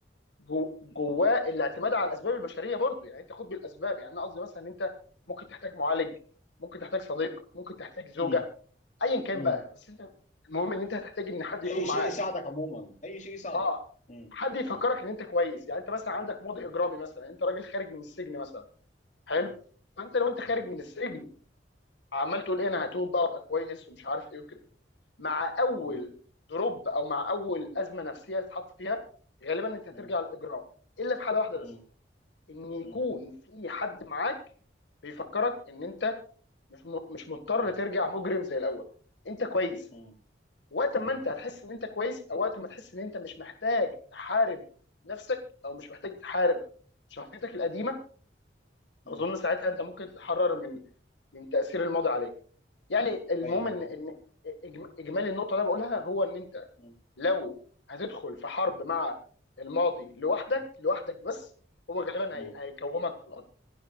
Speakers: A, on the left; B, on the left.
A: جو- جواه الاعتماد على الاسباب البشريه برضو يعني انت خد بالاسباب يعني انا قصدي مثلا ان انت ممكن تحتاج معالج ممكن تحتاج صديق ممكن تحتاج زوجه
B: مم.
A: ايا كان
B: مم.
A: بقى بس انت المهم ان انت هتحتاج ان حد يكون
B: أي شيء
A: معاك
B: يساعدك عموما أي شيء يساعدك
A: اه
B: مم.
A: حد يفكرك
B: مم.
A: ان انت كويس يعني انت مثلا عندك ماضي
B: مم.
A: اجرامي مثلا انت راجل خارج من السجن مثلا حلو
B: مم.
A: فانت لو انت
B: مم.
A: خارج من السجن عمال تقول ايه انا هتوب بقى وابقى كويس ومش عارف ايه وكده مع اول
B: مم.
A: دروب او مع اول ازمه نفسيه تتحط فيها غالبا انت هترجع
B: مم.
A: للاجرام الا في حاله واحده
B: مم.
A: بس ان يكون
B: مم.
A: في حد معاك بيفكرك ان انت مش م- مش مضطر
B: مم.
A: ترجع مجرم زي الاول انت كويس
B: مم.
A: وقت
B: مم.
A: ما انت هتحس ان انت كويس او وقت ما تحس ان انت مش محتاج تحارب نفسك او مش محتاج تحارب شخصيتك القديمه
B: مم.
A: اظن ساعتها انت ممكن تتحرر من من تاثير الماضي عليك يعني المهم
B: أيوه
A: ان ان إجم- اجمالي النقطه اللي أنا بقولها هو ان انت
B: أيوه
A: لو هتدخل في حرب مع الماضي لوحدك
B: مم.
A: لوحدك بس هو غالبا
B: مم.
A: هي... هيكومك في الارض